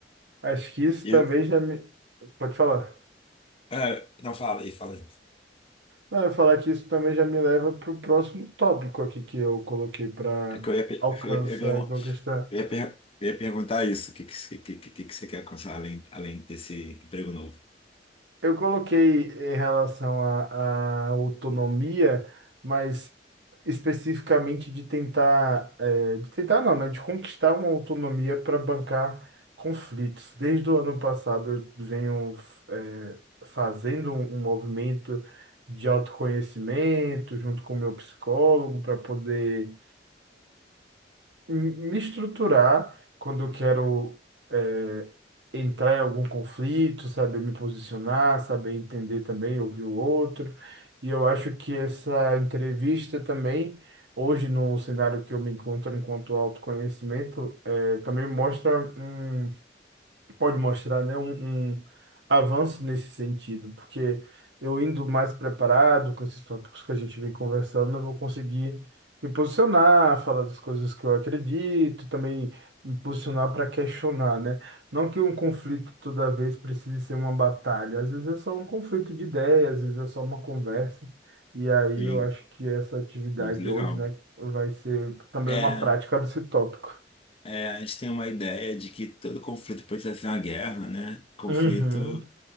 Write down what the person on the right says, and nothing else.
Acho que isso
também já me. Pode falar.
Não, eu ia falar que isso também já me leva para o próximo tópico aqui que eu coloquei para
alcançar
e conquistar.
Eu coloquei em relação à à autonomia, mas especificamente de tentar, eh, de tentar não, né, de conquistar uma autonomia para bancar conflitos. Desde o ano passado eu venho, eh, fazendo um um movimento de autoconhecimento junto com o meu psicólogo para poder me estruturar quando eu quero eh, entrar em algum conflito, saber me posicionar, saber entender também, ouvir o outro. E eu acho que essa entrevista também, hoje no cenário que eu me encontro enquanto autoconhecimento, eh, também mostra um pode mostrar, né, um, um avanço nesse sentido, porque eu indo mais preparado com esses tópicos que a gente vem conversando, eu vou conseguir me posicionar, falar das coisas que eu acredito, também me posicionar para questionar, né? Não que um conflito toda vez precise ser uma batalha, às vezes é só um conflito de ideias, às vezes é só uma conversa. E aí
eu acho que essa atividade
hoje, né, vai ser também
uma prática desse tópico.
Uhum,